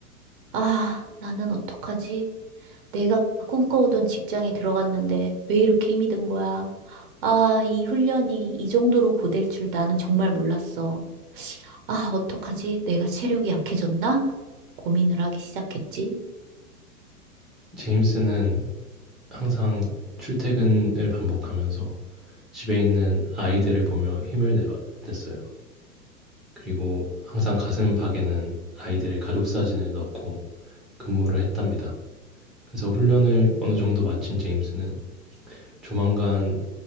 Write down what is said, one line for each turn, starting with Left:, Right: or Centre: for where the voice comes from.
Right: 아, 나는 어떡하지? 내가 꿈꿔오던 직장에 들어갔는데 왜 이렇게 힘이 든 거야? 아, 이 훈련이 이 정도로 고될 줄 나는 정말 몰랐어. 아, 어떡하지? 내가 체력이 약해졌나? 고민을 하기 시작했지.
Centre: 제임스는 항상 출퇴근을 반복하면서 집에 있는 아이들을 보며 힘을 내- 냈어요. 그리고 항상 가슴팍에는 아이들의 가족 사진을 넣고 근무를 했답니다. 그래서 훈련을 어느 정도 마친 제임스는 조만간